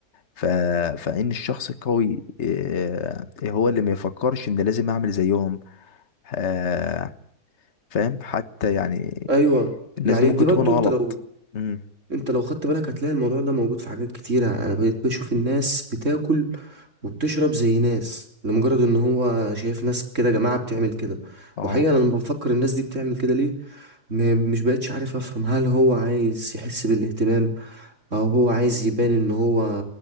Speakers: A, on the left; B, on the right.
A: ف... فان الشخص القوي آه، هو اللي ما يفكرش ان لازم اعمل زيهم آه، فاهم حتى يعني
B: ايوه
A: الناس
B: يعني
A: دي ممكن
B: دي برضو
A: تكون غلط
B: انت لو
A: امم
B: انت لو خدت بالك هتلاقي الموضوع ده موجود في حاجات كتيرة انا بقيت بشوف الناس بتاكل وبتشرب زي ناس لمجرد ان هو شايف ناس كده جماعة بتعمل كده
A: اه
B: وحقيقة انا لما بفكر الناس دي بتعمل كده ليه م- مش بقتش عارف افهم هل هو عايز يحس بالاهتمام او هو عايز يبان ان هو